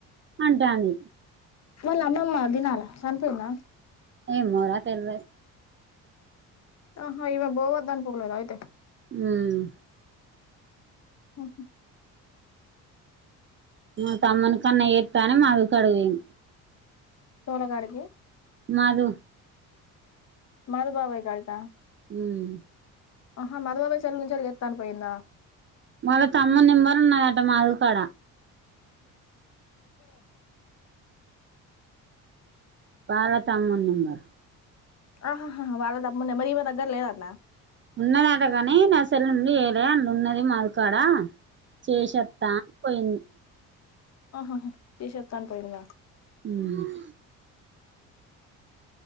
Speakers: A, on the right; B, on the left.
A: అంటాంది
B: మళ్ళ అమ్మమ్మ దినాల సనిపోయిందా
A: ఏ మోరా తెల్
B: ఆహో ఇమె బో వద్ద అను పోగలేద అయితే
A: ఉమ్
B: హహ
A: మా తమ్మన కు కన్న ఏతను మ కడుగు వేయండి
B: తోలగాడికి
A: మాధు
B: మాధు బాబాయ్ కి వత్తా
A: హుమ్మ్
B: ఆహా మధు బాబాయి చెల్లలి నుంచి వెళ్ళ చేత్తా అని పోయిందా
A: వాళ్ళ తమ్ముణ్ణి నంబర్ ఉన్నదంట మాధవ కాడ
B: ఆ
A: పాల తమ్మున్ నెంబర్
B: ఆహా హా హా వాళ్ల తమ్ముడి నంబర్ ఈమె దగ్గర లేదు అన్న
A: ఉన్నదంటగాని నా సెల్ నుండి చేయాలన్ న్ ఉన్నది మాధు కాడా చూషోత్త పోయింది
B: ఆహాహ తీషోత్తాన్ పోయింద
A: ఉహ్మ్